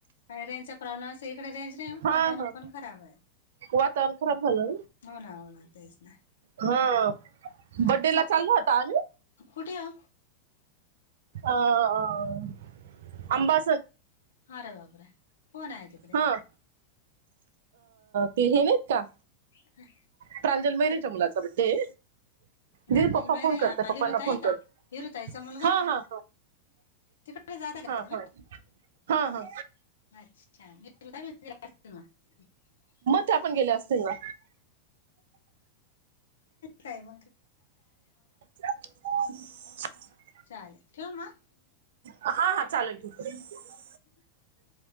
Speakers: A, on the left; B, on the right.
A: काही रेंजचा प्रॉब्लेम असेल, इकडे रेंज नाही हो,
B: हा
A: वातावरण
B: हा
A: पण खराब आहे.
B: वातावरण खराब झाल ना
A: हो ना, हो ना. तेच ना.
B: हो
A: अच्छा
B: बड्डे ला चाललो होतो आम्ही
A: कुठे वो?
B: अं आंबा
A: अरे बापरे, कोण आहे ते?
B: हा, ते हे नाहीत का?
A: <unintelligible>
B: प्रांजल मैरेच्या मुलाचा बड्डे
A: प्रांजल
B: दे पप्पा
A: मैरे
B: फोन करताय पप्पांना
A: हिरुताई
B: फोन
A: का?
B: कर
A: हिरुताईचा मुलगा?
B: हां हां
A: तिकडे जात <unintelligible>
B: हा हा हा.
A: अच्छा, मी ना <unintelligible>
B: त्यापण गेल्या असतील ना.
A: काय <unintelligible>
B: <unintelligible>
A: चालेल ठेवू मग?
B: हा हा, चालेल. ठीके.
A: <unintelligible>